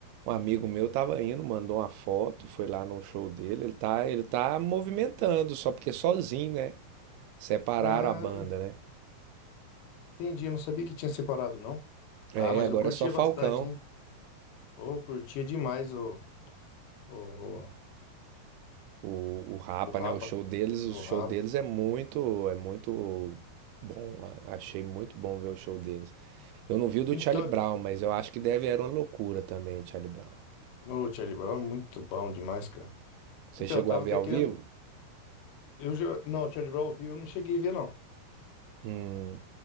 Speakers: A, on the right (about 80°); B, on the left (about 75°).
A: Um amigo meu tava indo, mandou uma foto, foi lá no show dele. Ele tá, ele tá movimentando, só porque sozinho, né? Separaram
B: Ah,
A: a banda, né?
B: entendi, eu não sabia que tinha separado, não.
A: É,
B: Ah, mas
A: agora
B: eu curtia
A: é só Falcão.
B: bastante, hein? Ô, curtia demais o, o,
A: O, o Rapa,
B: o Rapa.
A: né? O show deles, o
B: O
A: show
B: Rapa.
A: deles é muito, é muito bom. a- Achei muito bom ver o show deles. Eu não vi o
B: Então,
A: do Charlie Brown, mas eu acho que deve era uma loucura também, Charlie Brown.
B: o Charlie Brown é muito bom demais, cara.
A: Você
B: Então,
A: chegou
B: eu tava
A: a ver
B: até
A: ao
B: querendo.
A: vivo?
B: Eu já... Não, o Charlie Brown ao vivo eu não cheguei a ver, não.
A: Hum,